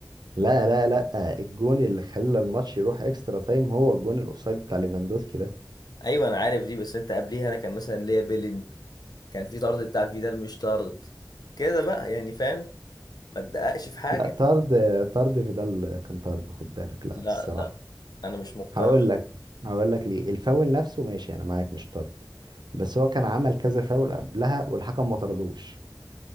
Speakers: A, on the right; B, on the left.
A: لا لا لا الجون اللي خلى الماتش يروح اكسترا تايم هو الجون الاوفسايد بتاع ليفاندوسكي ده
B: ايوه انا عارف دي بس انت قبليها انا كان مثلا ليا بيلين كان في طرد بتاع فيدال مش طرد كده بقى يعني فاهم ما تدققش في حاجه
A: لا طرد طرد فيدال كان طرد خد بالك لا
B: لا
A: الصراحه
B: لا انا مش مقتنع
A: هقول لك هقول لك ليه الفاول نفسه ماشي انا معاك مش طرد بس هو كان عمل كذا فاول قبلها والحكم ما طردوش